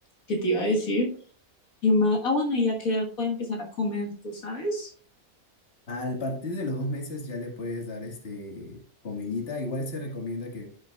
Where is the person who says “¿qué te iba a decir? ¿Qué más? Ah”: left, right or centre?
Left